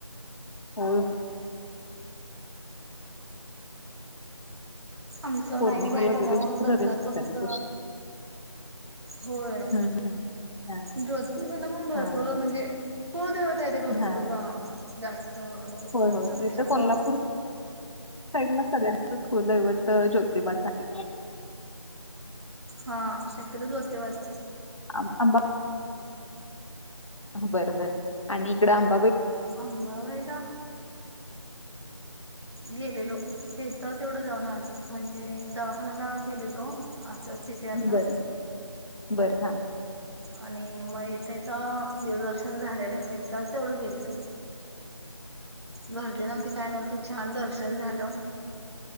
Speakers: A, on the left; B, on the right.
A: होय
B: आमचं
A: पौर्णिमेला
B: नाईठ बाईट
A: वगैरे
B: होता मग
A: जास्त
B: दसरा
A: गर्दी असते
B: फक्त
A: तशी
B: होय
A: हम्म हम्म हम्म.
B: ज्योतिला पण भरपूर
A: हा
B: म्हणजे कुल लय देवता आहे ते भरपूर
A: हा हा
B: जास्त तर लोकांचं
A: होय होय
B: त्याच्यामुळ
A: इथं कोल्हापूर साईड ला सगळ्यांचच कूलदैवत ज्योतिबाच आहे.
B: हा शक्यतो जोतेवाज
A: <inaudible> बरं बरं आणि इकडं आबां
B: अंबाबाईला? गेलेलो ते- तर तेवढं जाऊन आलोय म्हणजे, दवाखान्याला गेलेलो- असं सीपी आर ला-
A: बरं बरं! हा!
B: आणि मग इथं इथं देवदर्शन झालेलं एक तास तेवढं गेलेलो. गर्दी नव्हती काय नव्हती छान दर्शन झालं.